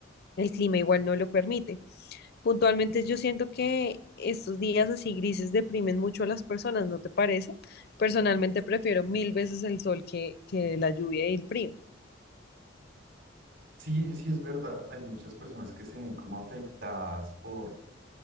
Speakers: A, on the left; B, on the right.
A: el clima igual no lo permite. Puntualmente, yo siento que estos días así grises deprimen mucho a las personas, ¿no te parece? Personalmente prefiero mil veces el sol que, que la lluvia y el frío.
B: Sí, sí es verdad, hay muchas personas que se ven como afectadas por,